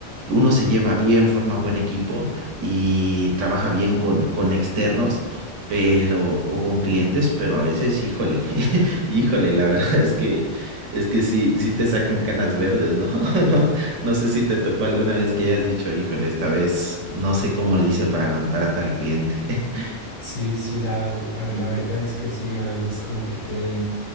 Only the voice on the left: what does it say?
Sí, sí, la, a ver, la verdad es que sí, a veces como que te,